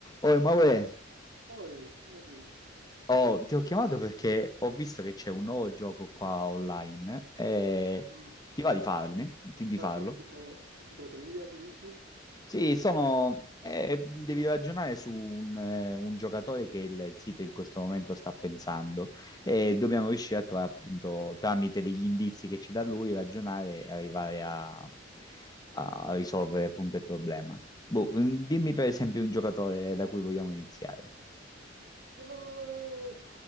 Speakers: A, on the left (about 20°); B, on the right (about 70°).
A: Oh, ma uè,
B: Poi, Henry,
A: oh, ti ho chiamato perché ho visto che c'è un nuovo gioco qua online. eh,
B: mm,
A: ti va di farne? Ti- di
B: ma
A: farlo?
B: è tipo, è tipo trivia, tu dici?
A: Sì, sono, eh, devi ragionare su un, eh, un giocatore che il, il sito in questo momento sta pensando
B: Mm,
A: e dobbiamo riuscire a trovare appunto tramite degli indizi che ci dà lui, ragionare e arrivare a, a
B: mm.
A: risolvere appunto il problema. Boh, mm, dimmi per esempio un giocatore da cui vogliamo iniziare.
B: Oh,